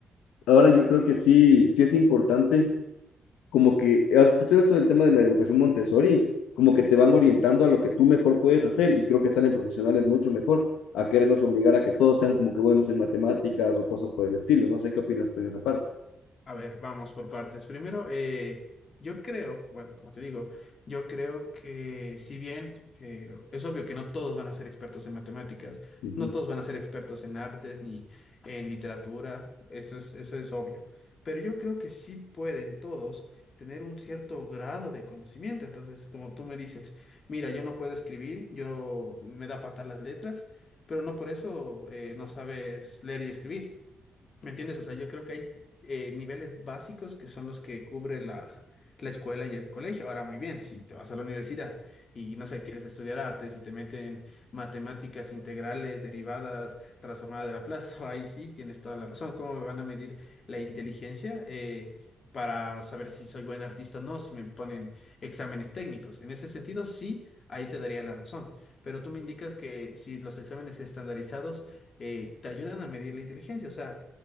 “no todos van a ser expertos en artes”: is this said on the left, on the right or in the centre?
Left